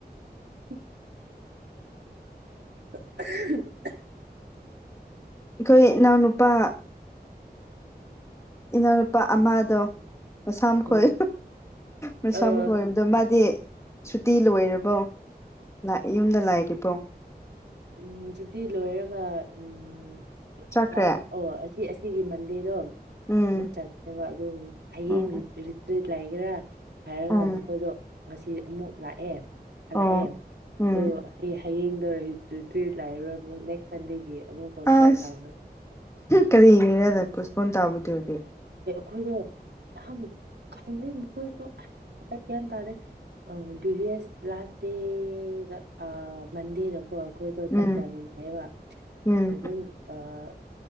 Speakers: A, on the right (about 85°); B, on the left (about 15°).
A: ꯍ ꯑ ꯍ ꯍ
B: ꯑꯩꯈꯣꯏ ꯏꯅꯥꯎ ꯅꯨꯨꯄꯥ ꯏꯅꯥꯎꯅꯨꯄꯥ ꯑꯃꯗꯣ ꯃꯁꯝ ꯈꯣꯏ
A: ꯎꯝ
B: ꯃꯁꯝ
A: ꯑꯥ
B: ꯈꯣꯏꯕꯗꯣ ꯃꯥꯗꯤ ꯁꯨꯇꯤ ꯂꯣꯏꯔꯕꯣ ꯂꯥꯛꯏ ꯌꯨꯝꯗ ꯂꯥꯏꯔꯤꯕꯣ
A: ꯎꯝ ꯗꯌꯨꯇꯤ ꯂꯣꯏꯔꯒ ꯎꯝ
B: ꯆꯠꯈ꯭ꯔꯦ
A: ꯂꯥꯁ ꯑꯣ ꯁꯤ ꯑꯁꯤꯒꯤ ꯃꯟꯗꯦꯗꯣ ꯑꯃꯨꯛ
B: ꯎꯝ
A: ꯆꯠꯅꯦꯕ ꯑꯗꯨ ꯍꯌꯦꯡ
B: ꯎꯝ
A: ꯔꯤꯇ꯭ꯔꯤꯠ ꯂꯩꯒꯦꯔꯥ ꯍꯥꯏꯔꯒ
B: ꯎꯝ
A: ꯃꯈꯣꯏꯗꯣ ꯉꯁꯤ ꯑꯃꯨꯛ ꯂꯥꯛꯑꯦ ꯍꯜꯂꯛꯑꯦ
B: ꯑꯣ ꯎꯝ
A: ꯑꯗꯨ ꯍꯌꯦꯡꯗꯣ ꯔꯤꯇ꯭ꯔꯤꯠ ꯂꯩꯔꯔꯣꯏ ꯑꯃꯨꯛ ꯅꯦꯛꯁ ꯁꯟꯗꯦꯒꯤ ꯑꯃꯨꯛ ꯄꯣꯁꯄꯣꯟ
B: ꯑꯁ
A: ꯇꯧꯈ꯭ꯔꯦ
B: ꯀꯔꯤꯒꯤꯔꯗ ꯄꯣꯁꯄꯣꯟ ꯇꯧꯕꯗꯨꯗꯤ
A: ꯈꯣꯏꯗꯣ ꯌꯥꯝ ꯈꯪꯗꯩ ꯃꯈꯣꯏꯁꯨ ꯑꯁ ꯒ꯭ꯌꯥꯟ ꯇꯥꯗꯦ ꯑꯥ ꯄ꯭ꯔꯤꯚꯤꯌꯁ ꯂꯥꯁ ꯗꯦ ꯗ ꯑꯥ ꯃꯟꯗꯦꯗꯀꯣ ꯑꯩꯈꯣꯏꯗꯣ
B: ꯎꯝ
A: ꯆꯥꯛ ꯆꯥꯃꯤꯟꯅꯩꯕ
B: ꯎꯝ
A: ꯑꯗꯨꯝ ꯑꯥ